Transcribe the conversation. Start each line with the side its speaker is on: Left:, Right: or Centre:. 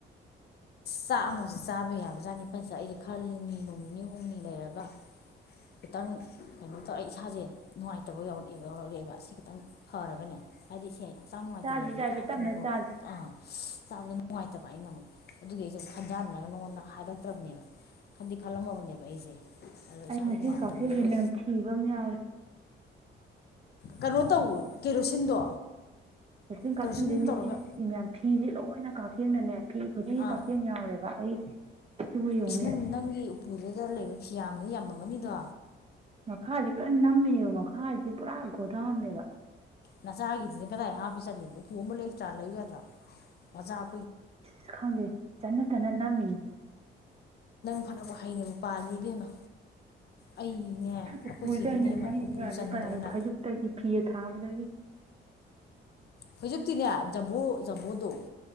Left: ꯆꯥꯛ ꯑꯃꯁꯨ ꯆꯥꯕ ꯌꯥꯕ ꯆꯥꯅꯤꯄꯜꯁ ꯑꯩꯗꯤ ꯈꯜꯂꯤꯅꯤ ꯅꯨꯣꯡ ꯅꯤꯅꯤ ꯍꯨꯝꯅꯤ ꯂꯩꯔꯒ ꯈꯤꯇꯪ ꯀꯩꯅꯣ ꯇꯧꯔ ꯑꯩ ꯏꯁꯥꯖꯦ ꯅꯨꯡꯉꯥꯏꯇꯕ ꯌꯥꯎꯔꯛꯑꯦꯕ ꯌꯥꯎꯔꯛꯑꯦꯕ ꯁꯤ ꯈꯤꯇꯪ ꯐꯔꯒꯅꯦ ꯍꯥꯏꯗꯤ ꯏ ꯍꯛꯆꯥꯡ ꯅꯨꯡꯉꯥꯏꯇ꯭ꯔꯤꯉꯩꯗꯗꯤ
Right: ꯆꯥꯁꯤ ꯆꯥꯁꯤ
Left: ꯊꯥꯎ
Right: ꯇꯞꯅ
Left: ꯊꯨꯝꯉꯨꯔꯣ
Right: ꯆꯥꯁꯤ
Left: ꯑꯥ ꯆꯥꯕꯗ ꯅꯨꯡꯉꯥꯏꯇꯕ ꯑꯩꯅ ꯑꯃꯨꯛ ꯑꯗꯨꯒꯤ ꯑꯩꯁꯨꯨꯛ ꯈꯟꯖꯅꯔꯒ ꯅꯉꯣꯟꯗ ꯍꯥꯏꯔꯛꯇ꯭ꯔꯕꯅꯦꯕ ꯈꯟꯗꯤ ꯈꯜꯂꯝꯃꯕꯅꯦꯕ ꯑꯩꯁꯦ ꯑꯗꯣ
Right: ꯑꯩ
Left: ꯏꯁꯥꯁꯦ
Right: ꯃꯁꯤ
Left: ꯅꯨꯡꯉꯥꯏꯔꯛꯇꯕꯗꯒꯤ
Right: ꯀꯛꯆꯦꯜꯁꯤ ꯅꯝꯊꯤꯕ ꯑꯃ ꯌꯥꯎꯔꯦ
Left: ꯀꯩꯅꯣ ꯇꯧ ꯀꯦꯔꯣꯁꯤꯟꯗꯣ
Right: ꯀꯩꯁꯂꯤꯨꯝ
Left: ꯀꯦꯔꯣꯁꯤꯟ
Right: ꯀꯥꯞꯁꯤꯟꯗꯣꯏꯅꯦ
Left: ꯇꯧꯔꯒ
Right: ꯁꯤ ꯐꯤ ꯃꯌꯥꯝ ꯐꯤꯁꯦ ꯂꯣꯏꯅ ꯀꯥꯞꯁꯤꯦꯡꯅꯅꯦ ꯐꯤ ꯈꯨꯗꯤꯡꯒꯤ
Left: ꯑꯥ
Right: ꯀꯛꯆꯦꯜ ꯌꯥꯎꯔꯦꯕ ꯑꯩ ꯁꯤꯕꯨ ꯌꯦꯡꯉꯨꯅꯦ
Left: ꯏꯁ ꯅꯪ ꯅꯪꯒꯤ ꯎꯄꯨꯗꯨꯗ ꯂꯩꯕ ꯐꯤꯌꯥꯝꯗꯨ ꯌꯥꯝꯃꯝꯃꯅꯤꯗꯣ
Right: ꯃꯈꯥꯁꯤ ꯄꯨꯔꯥ ꯅꯝꯃꯤꯅꯦꯕ ꯃꯈꯥꯁꯤꯗꯤ ꯄꯨꯔꯥ ꯒꯣꯊꯥꯑꯝꯃꯦꯕ
Left: ꯅꯆꯥꯒꯤꯗꯨꯗꯤ ꯀꯗꯥꯏ ꯍꯥꯞꯄꯤ ꯆꯠꯂꯤꯕ ꯎꯄꯨ ꯑꯃ ꯂꯦꯛ ꯆꯥꯔ ꯂꯩꯒꯗ꯭ꯔꯥ ꯅꯆꯥ
Right: ꯏꯁ ꯈꯪꯗꯦ ꯆꯠꯅ ꯆꯅ ꯅꯝꯃꯤꯅꯤ
Left: ꯐꯅꯅꯕꯕꯨ ꯍꯩꯅꯅꯕ ꯄꯥꯜꯂꯤ ꯏꯕꯦꯝꯃ ꯑꯩꯅꯦ
Right: ꯎꯄꯨꯗꯤ
Left: ꯑꯩꯈꯣꯏ ꯆꯦꯒꯤꯅꯦ
Right: ꯑꯩꯅ ꯅꯪ
Left: ꯎꯄꯨ
Right: ꯌꯥꯗ
Left: ꯆꯟꯗꯗꯅ
Right: ꯀꯔꯥꯏ ꯐꯥꯏꯖꯨꯞꯇꯒꯤ ꯐꯤ ꯊꯥꯕꯗꯒꯤ
Left: ꯐꯣꯏꯖꯛꯇꯤꯅꯦ ꯖꯃꯨ ꯖꯃꯨꯗꯣ